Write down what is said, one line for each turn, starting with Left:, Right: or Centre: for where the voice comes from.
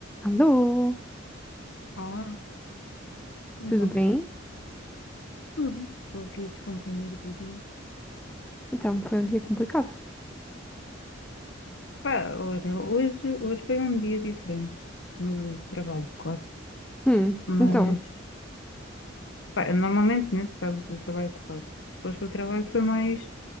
Centre: Alô,
Left: Olá, então,
Centre: tudo bem?
Left: tudo. Estou aqui a descomprimir o dia.
Centre: Então, foi um dia complicado.
Left: Pá, olha, hoje, hoje foi um dia diferente no trabalho, claro.
Centre: Hum,
Left: Mas,
Centre: então,
Left: pá, eu normalmente, né, tu sabes o trabalho que faço. Hoje o trabalho foi mais